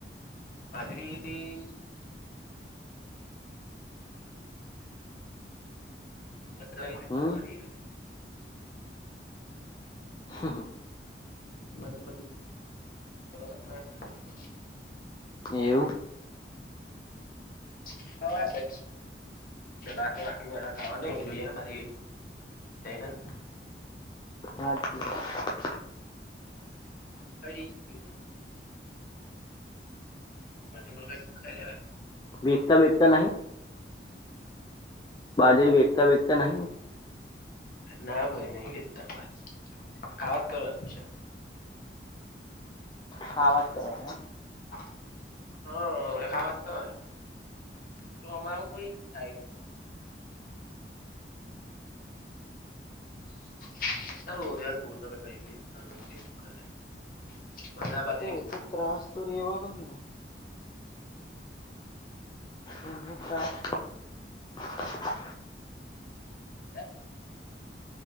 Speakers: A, on the left; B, on the left.
A: બાજરી <unintelligible>
B: હમ હમ હમ
A: મજી મજી <unintelligible>
B: એવું
A: <unintelligible> <unintelligible>
B: હાચી વાત
A: <unintelligible> <unintelligible>
B: વેકતા બેગતા નહી બાજરી વેકતા બેગતા નહી
A: ના ભાઈ નહી વેચતા બાજ ખાવા જ કરવાની છે
B: ખાવાજ કરવા એમ
A: હા <unintelligible> ચોમાવું થાય <unintelligible> બાજરી
B: તે તો ત્રાસ તો રહેવાનો જ ને એનું ત્રાસ્ટ <inaudible>
A: હે